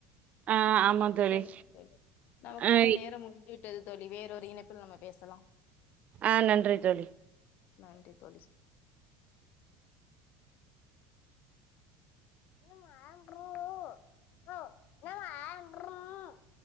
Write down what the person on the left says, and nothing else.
சரிங்க தோழி நமக்கான
நேரோ முடிச்சு ட்டது தோழி வேற ஒரு இணைப்பில நம்ம பேசலா
நன்றி தோழி ம் ஆம்புறு ஓ என்னம்மா <inaudible>